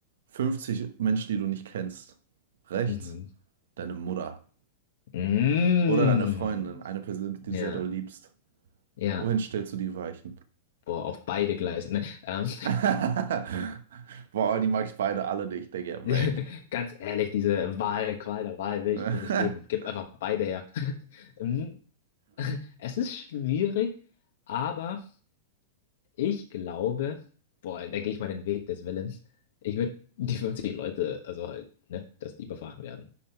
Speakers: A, on the right; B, on the left.
A: 50 Menschen, die du nicht kennst. Rechts
B: Mhm.
A: deine Mutter
B: Mm.
A: oder deine Freundin, eine Person, die du
B: Ja,
A: sehr doll liebst.
B: ja.
A: Wohin stellst du die Weichen?
B: Boah, auf beide Gleisen Ne? Ähm.
A: <laughs> Boah, die mag ich beide alle nicht. Ich denke, ja,
B: <laughs>
A: weg.
B: Ganz ehrlich, diese Wahl, Qual der Wahl will
A: <laughs>
B: ich mir nicht geben. Gib einfach beide her. <laughs> Mm. Es ist schwierig, aber ich glaube, boah, da gehe ich mal den Weg des Willens. Ich würde die 50 Leute, also halt, ne, dass die überfahren werden.